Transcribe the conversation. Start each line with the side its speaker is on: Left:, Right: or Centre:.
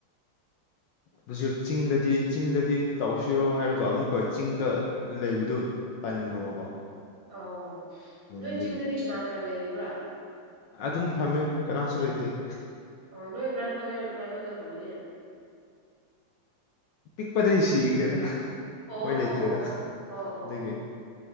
Left: ꯑꯗꯨꯁꯨ ꯆꯤꯡꯗꯗꯤ ꯆꯤꯡꯗꯗꯤ ꯇꯧꯁꯤꯔꯣ ꯍꯥꯏꯔꯒ ꯑꯃꯨꯛꯀ ꯆꯤꯡꯗ ꯂꯩꯕꯗꯨ ꯇꯟꯈ꯭ꯔꯕꯀꯣ
Right: ꯎꯝ ꯑꯣ
Left: ꯑꯗꯨꯒꯤ
Right: ꯅꯣꯏ ꯆꯤꯡꯗꯗꯤ ꯀꯅꯥ ꯀꯅꯥ ꯂꯩꯔꯤꯕ꯭ꯔꯥ
Left: ꯑꯗꯨꯝ ꯊꯝꯃꯦ ꯀꯅꯥꯁꯨ ꯂꯩꯇꯦ
Right: ꯑ ꯅꯣꯏ ꯒꯥꯔ꯭ꯟꯐꯥꯗꯔ ꯒ꯭ꯔꯥꯟꯃꯗꯔ ꯀꯨꯝꯕꯗꯤ
Left: ꯄꯤꯛꯄꯗꯩ ꯁꯤꯈ꯭ꯔꯦꯗ
Right: ꯑꯣ ꯑꯣ
Left: ꯃꯣꯏ ꯂꯩꯇ꯭ꯔꯦꯗ
Right: ꯑꯣ ꯑꯣ ꯑꯣ
Left: ꯑꯗꯨꯒꯤ
Right: ꯑꯣ